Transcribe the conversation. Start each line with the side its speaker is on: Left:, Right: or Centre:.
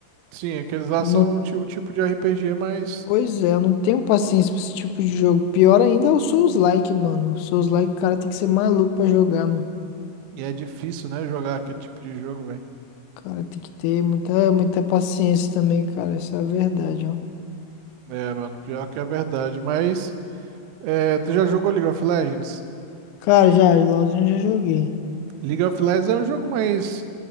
Right: Sim, aqueles lá
Left: Eu
Right: são
Left: não,
Right: o ti- o tipo de RPG, mas
Left: pois é, eu não tenho paciência pra esse tipo de jogo. Pior ainda é o Souls-like, mano. Souls-like, o cara tem que ser maluco pra jogar, mano.
Right: e é difícil, né, jogar aquele tipo de jogo, velho.
Left: O Cara, tem que ter muita, muita paciência também, cara. Isso é a verdade, ó.
Right: É, mano, pior que é verdade, mas é, tu já jogou League of Legends?
Left: Cara, já, LOLzinho eu já joguei.
Right: League of Legends é um jogo mais,